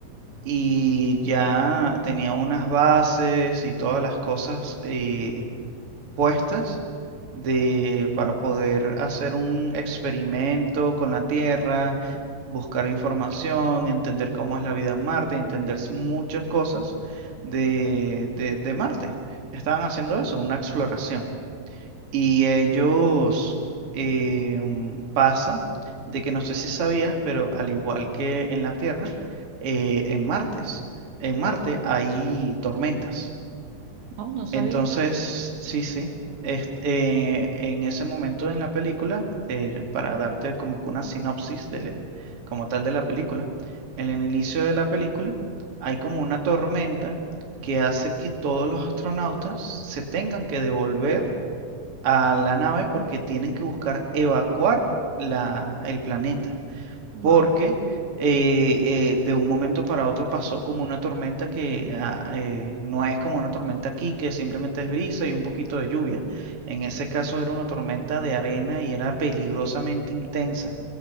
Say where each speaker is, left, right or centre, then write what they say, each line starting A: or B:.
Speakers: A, on the right (about 40°); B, on the right (about 75°).
A: y ya tenía unas bases y todas las cosas eh, puestas de, para poder hacer un experimento con la Tierra, buscar información, entender cómo es la vida en Marte, entender s- muchas cosas de, de, de Marte. Estaban haciendo eso, una exploración. Y ellos eh, mm, pasa de que no sé si sabías, pero al igual que en la Tierra, eh, en Martes, en Marte hay tormentas.
B: No, no sabía.
A: Entonces, sí, sí. Este, eh, en ese momento en la película, eh, para darte como que una sinopsis de, como tal de la película, en el inicio de la película hay como una tormenta que hace que todos los astronautas se tengan que devolver a la nave porque tienen que buscar evacuar la, el planeta
B: Wow,
A: porque eh, eh, de un momento para otro pasó como una tormenta que ah, eh, no es como una tormenta aquí, que simplemente es brisa y un poquito de lluvia. En ese caso era una tormenta de arena y era peligrosamente intensa.